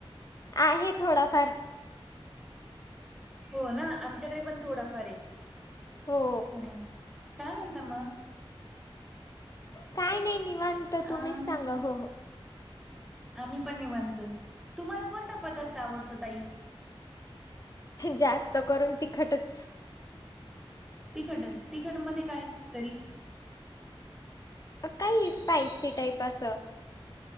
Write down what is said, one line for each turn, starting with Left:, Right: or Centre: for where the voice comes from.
Left: आहे थोडंफार
Centre: हो ना आमच्याकडे पण थोडाफार आहे
Left: हो
Centre: चला काय म्हणता मग
Left: काय नाही निवांत
Centre: अं
Left: तुम्हीच सांगा हो हो
Centre: आम्ही पण निवांतो तुम्हाला कोणता पदार्थ आवडतो ताई
Left: जास्त करून तिखटच
Centre: तिखटच तिखट मध्ये काय तरी
Left: काही स्पायसी टाईप असं